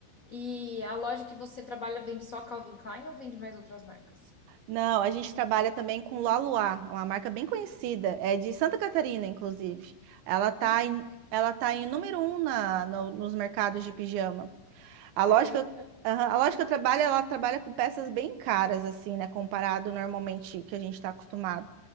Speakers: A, on the left; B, on the right.
A: E a loja que você trabalha vende só Calvin Klein ou vende mais outras marcas?
B: Não, a gente trabalha também com Laluá, é uma marca bem conhecida, é de Santa Catarina, inclusive. Ela tá
A: Não conheço.
B: em, ela tá em número um na, no- nos mercados de pijama. A lógica,
A: Caramba.
B: a loja que eu trabalho, ela trabalha com peças bem caras, assim, né, comparado normalmente que a gente está acostumado.